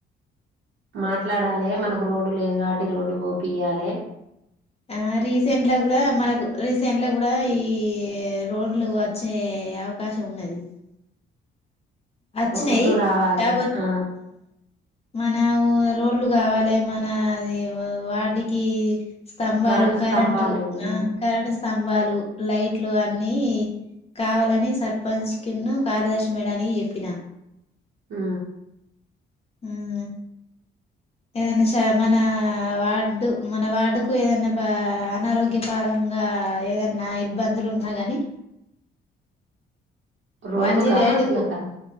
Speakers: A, on the right; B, on the left.
A: మాట్లాడాలి మనకు రోడ్డు లేదు కాబట్టి రోడ్డు పోపియ్యాలి
B: ఆ రీసెంట్ లా కూడా మనకు రీసెంట్ గా కూడా ఈ రోడ్లు వచ్చే అవకాశం ఉన్నది అచ్చ
A: రోడ్లు
B: న
A: రావాలి
B: కా బ
A: ఆ
B: మనఊ రోడ్లు కావాలి మనది వాటికి స్తంభాలు
A: కరెంట్
B: కరెంటు
A: స్తంభాలు లేవు ఉమ్
B: ఆ కరెంట్ స్తంభాలు లైట్లు అన్ని కావాలని సర్పంచ్ కును కార్యదర్శి మేడానికి జెప్ ప్పిన
A: ఆ
B: ఉమ్ ఏదనా శ మన వార్డు మన వార్డుకు ఏదైనా అనారోగ్య పరంగా ఏదన్నా ఇబ్బందులు ఉన్నా గని
A: రోడ్డుకా
B: వన్ జీరో ఏటు
A: మనుషులకా
B: కు